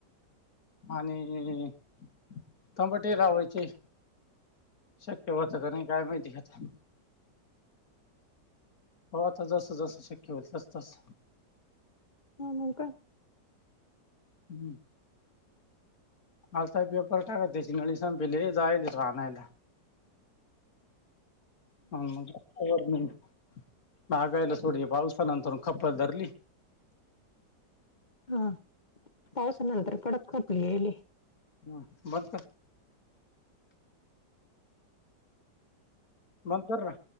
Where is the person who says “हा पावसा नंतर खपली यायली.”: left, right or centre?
Left